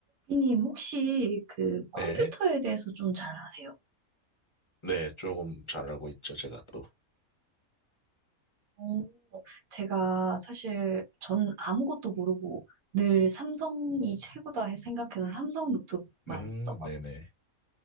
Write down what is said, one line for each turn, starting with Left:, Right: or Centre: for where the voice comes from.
Right: 비님, 혹시 그 컴퓨터에
Left: 네.
Right: 대해서 좀 잘 아세요?
Left: 네, 조금 잘 알고 있죠, 제가 또.
Right: 오. 제가 사실 전 아무것도 모르고 늘 삼성이 최고다 해- 생각해서 삼성 노트북만
Left: 음,
Right: 썼거든요.
Left: 네네.